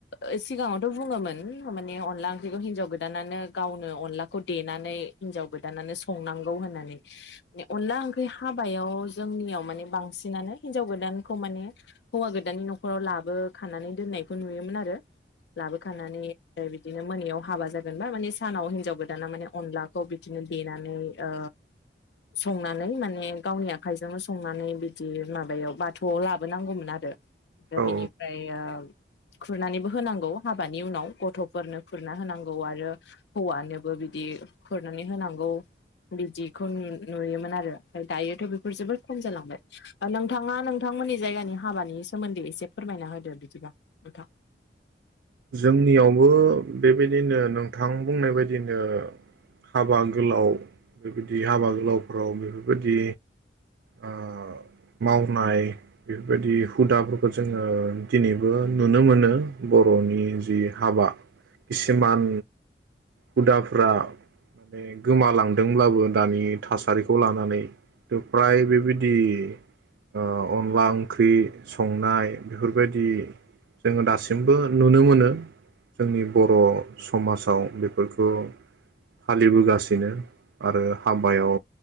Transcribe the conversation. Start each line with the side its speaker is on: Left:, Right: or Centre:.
Left: ओ सिगाङावथ' बुङोमोन माने अनला ओंख्रिखौ हिनजाव गोदानानो गावनो अनलाखौ देनानै हिनजाव गोदानानो संनांगौ होननानै अनला ओंख्रि हाबायाव जोंनियाव माने बांसिनानो हिनजाव गोदानखौ माने हौवा गोदाननि न'खराव लाबो खानानै दोननायखौ नुयोमोन आरो। लाबोखानानै बिदि मोनायाव हाबा जागोन बा माने सानाव हिन्जाव गोदाना माने अनलाखौ बिदिनो देनानै ओ संनानै माने गावनि आखाइजोंनो संनानै बिदि माबायाव बाथौआव लाबोनांगौमोन आरो। दा
Right: औ
Left: बेनिफ्रायो खुरनानैबो होनांगौ हाबानि उनाव गथ'फोरनो खुरना होनांगौ आरो हौवानोबो बिदि खुरनानै होनांगौ बिदिखौ नुयो-नुयोमोन आरो दायोथ' बेफोर जोबोद खम जालांबाय ओ नोंथाङा नोंथांमोननि जायगानि हाबानि सोमोन्दै एसे फोरमायना होदो बिदिबा नोंथां।
Right: जोंनियावबो बेबायदिनो नोंथां बुंनाय बायदिनो हाबा गोलाव बेबायदि हाबा गोलावफोराव बेफोरबायदि ओ मावनाय बेफोरबायदि हुदाफोरखौ जोङो दिनैबो नुनो मोनो बर' नि जि हाबा किसुमान हुदाफ्रा माने गोमालांदोंब्लाबो दानि थासारिखौ लानानै थ' फ्राय बेबायदि ओ अनला ओंख्रि संनाय बेफोरबायदि जोङो दासिमबो नुनो मोनो जोंनि बर' समाजाव बेफोरखौ फालिबोगासिनो आरो हाबायाव